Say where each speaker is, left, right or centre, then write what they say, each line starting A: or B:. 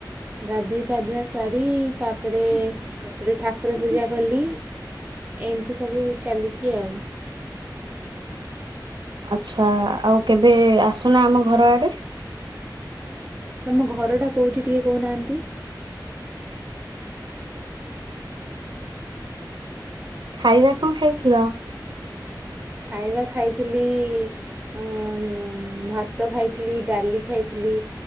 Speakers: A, on the right (about 20°); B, on the right (about 75°).
A: ଗାଧେଇ ପାଧୁଆ ଶାରୀ ତାପରେ ଠାକୁର ପୂଜା କଲି। ଏମତି ସବୁ ଚାଲିଚି ଆଉ।
B: ଆଚ୍ଛା। ଆଉ କେବେ ଆସୁନା ଆମ ଘର ଆଡ଼େ।
A: ତମ ଘରଟା କୋଉଠି ଟିକେ କହୁନାହାନ୍ତି?
B: ଖାଇବା କଣ ଖାଇଥିଲ?
A: ଖାଇବା ଖାଇଥିଲି ଅଁ ୟଁ ଭାତ ଖାଇଥିଲି ଡାଲି ଖାଇଥିଲି।